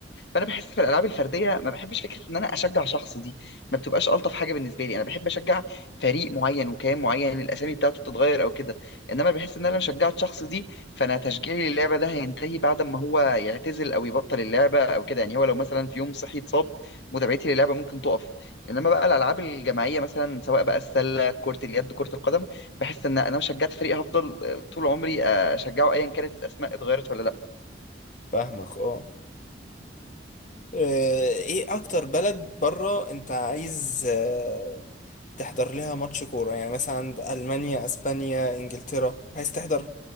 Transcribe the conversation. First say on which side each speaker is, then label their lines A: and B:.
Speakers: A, on the left; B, on the left.
A: فانا بحس في الالعاب الفرديه ما بحبش فكره ان انا اشجع شخص دي ما بتبقاش الطف حاجه بالنسبه لي انا بحب اشجع فريق معين وكيان معين الاسامي بتاعته بتتغير او كده انما بحس ان انا لو شجعت شخص دي فانا تشجيعي للعبه ده هينتهي بعد ما هو يعتزل او يبطل اللعبه او كده يعني هو لو مثلا في يوم صحي اتصاب متابعتي للعبه ممكن تقف انما بقى الالعاب الجماعيه مثلا سواء بقى السله كره اليد كره القدم بحس ان انا لو شجعت فريق هفضل آه، طول عمري آه، اشجعه ايا كانت الاسماء اتغيرت ولا لا
B: فاهمك اه آه، ايه اكتر بلد بره انت عايز آه، تحضر لها ماتش كورة يعني مثلا عند المانيا اسبانيا انجلترا عايز تحضر